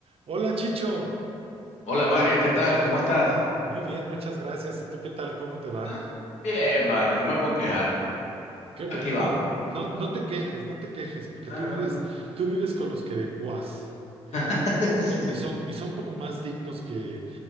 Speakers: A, on the right; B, on the left.
A: Hola Chicho,
B: Hola Mario, ¿qué tal? ¿Cómo estás?
A: muy bien, muchas gracias. ¿Y tú qué tal? ¿Cómo te va?
B: Ah, bien, vale, no me puedo quejar.
A: Qué bueno,
B: Aquí vamos.
A: no, no, no te quejes, no te quejes, porque
B: Ah,
A: tú vives, tú vives con los quebecuas
B: <laughs>
A: y
B: sí.
A: son, y son, y son como más dignos que,